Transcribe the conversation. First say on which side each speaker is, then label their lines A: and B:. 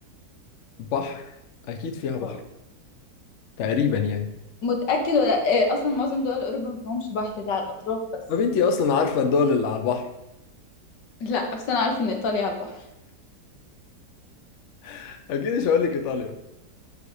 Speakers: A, on the left; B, on the left.
A: بحر اكيد فيها بحر
B: اه
A: تقريبا يعني
B: متأكد ولا إيه؟ اصلا معظم دول اوروبا ما فيهمش بحر ده على الاطراف بس
A: ما بنتي اصلا عارفة الدول اللي على البحر
B: لا بس انا عارفه ان ايطاليا على البحر
A: <laughs> اكيد مش هقول لك ايطاليا